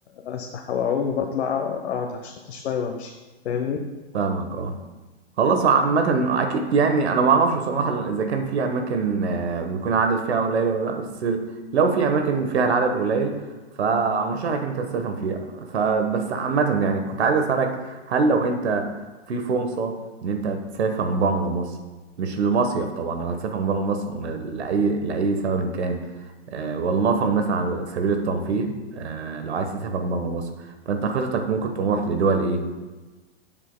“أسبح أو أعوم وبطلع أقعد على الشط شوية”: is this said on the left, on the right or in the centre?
Left